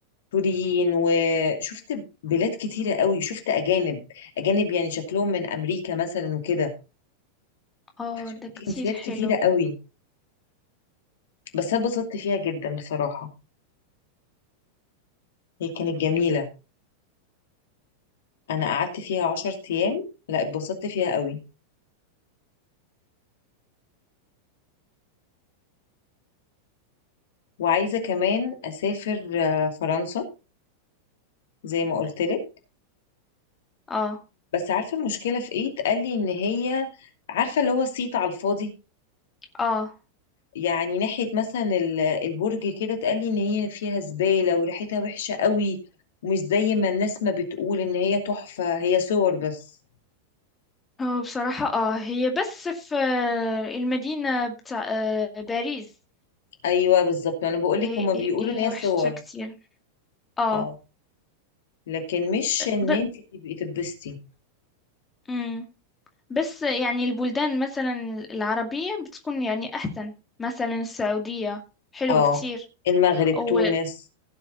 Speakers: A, on the left; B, on the left.
A: سوريين وشفت بلاد كتيره قوي شفت اجانب اجانب يعني شكلهم من امريكا مثلا وكده
B: اه
A: فشفت
B: ده كتير
A: جنسيات
B: حلو
A: كتيره قوي بس انا اتبسطت فيها جدا بصراحه هي كانت جميله انا قعدت فيها عشر ايام لا اتبسطت فيها قوي وعايزة كمان أسافر آه، فرنسا زي ما قلتلك
B: اه
A: بس عارفة المشكلة في إيه؟ اتقالي إن هي عارفة اللي هو صيت على الفاضي
B: اه
A: يعني ناحية مثلا ال- البرج كده اتقالي إن هي فيها زبالة وريحتها وحشة قوي ومش زي ما الناس ما بتقول إن هي تحفة هي صور بس
B: هو بصراحة اه هي بس في آه، المدينة بتاع آه، باريس
A: أيوه بالظبط أنا بقولك
B: هي,
A: هما بيقولوا
B: هي هي
A: إن هي
B: وحشة
A: صور
B: كتير اه
A: اه لكن مش إن
B: ب...
A: أنت تبقي تبستي
B: مم. بس يعني البلدان مثلا العربية بتكون يعني أحسن مثلا السعودية حلوة
A: اه
B: كتير
A: المغرب
B: أو
A: تونس